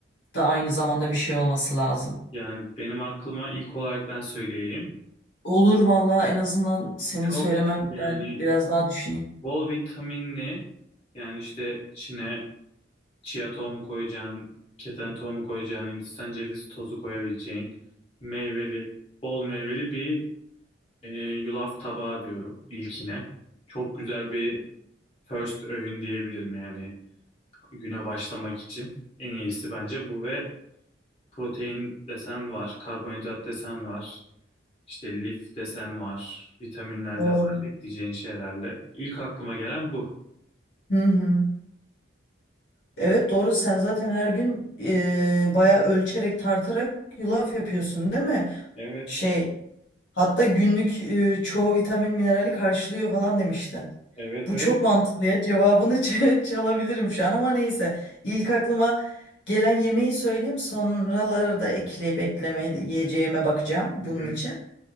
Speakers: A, on the left; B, on the left.
A: da aynı zamanda bir şey olması lazım.
B: Yani benim aklıma ilk olarak ben söyleyeyim.
A: Olur valla en azından senin
B: Çok
A: söylemem
B: yani
A: ben biraz daha düşüneyim.
B: bol vitaminli yani işte içine chia tohumu koyacağın, keten tohumu koyacağın, Hindistan cevizi tozu koyabileceğin meyveli, bol meyveli bir e, yulaf tabağı diyorum ilkine. Çok güzel bir first öğün diyebilirim yani güne başlamak için. En iyisi bence bu ve protein desen var, karbonhidrat desen var. İşte lif desen var, vitaminler
A: Doğru.
B: de var ekleyeceğin şeylerle. İlk aklıma gelen bu.
A: Hı hı. Evet doğru sen zaten her gün eee bayağı ölçerek tartarak yulaf yapıyorsun değil mi?
B: Evet,
A: Şey, hatta günlük e, çoğu vitamin minerali karşılıyor falan demiştin.
B: evet,
A: Bu
B: evet.
A: çok mantıklı ya. Cevabını ç- <laughs> çalabilirim şu an ama neyse. İlk aklıma gelen yemeği söyleyeyim. Sonraları da ekleyip eklemeyeceğime bakacağım bunun
B: Hı hı.
A: için.